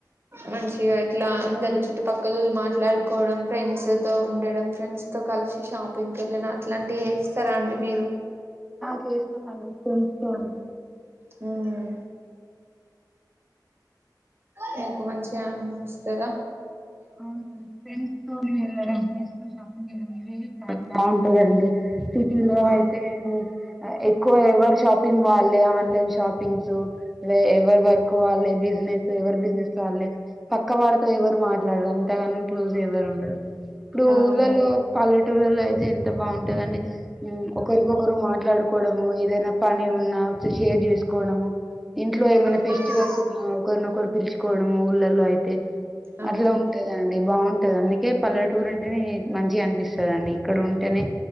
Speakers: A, on the right; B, in the centre.
A: మంచిగా ఇట్లా అందరు చుట్టుపక్కల్ మాట్లాడుకోవడం ఫ్రెండ్స్ తో ఉండడం, ఫ్రెండ్స్ తో కలిసి షాపింగ్కి వెళ్ళిన ఇలాంటివి చేస్తారా అండి మీరు
B: తెస్ కొంచమండి కొంచం
A: హ్మ్మ్ మీకు మంచిగా అనిపిస్తద
B: అవునండి ఫ్రెండ్స్ తోని వెళ్ళడం, ఫ్రెండ్స్ తోని షాపింగ్ చెయ్యడం ఇవేవి చాలా బాగునా లేదండి సిటీలో
A: అవును
B: అయితే ఎక్కువ ఎవ్వర్ షాప్ పింగ్ వాళ్ళే ఆన్లైన్ షాపింగ్సు ఎవర్ వర్క్ వాళ్ళే బిజనేస్ ఎవర్ బిజెనెస్ వాళ్ళే పక్క వాళ్ ఎవరు మాట్ ఇట్ల అంతగానం క్లోజ్ ఎవరు ఉండరు. ఇప్పుడు
A: అవును
B: ఊళ్ళలో పల్లెటూర్లలో అయితే ఎంత బాగుంటదండి మ్మ్ ఒకరికొకరు మాట్లాడుకోవడము ఏదైనా పని ఉన్నా షేర్ చేసుకోవడము ఇంట్లో ఏమన్నా
A: అవునండి
B: ఫెస్టివల్స్ ఉన్నా ఒకరినొకరు పిలుచుకోవడము ఊళ్ళలో అయితే
A: అవునండి
B: అట్లా ఉంటాదండి బాగుంటది అందుకే పల్లెటూరు అంటేనే మంచిగా అనిపిస్తదండి ఇక్కడ ఉ అంటనే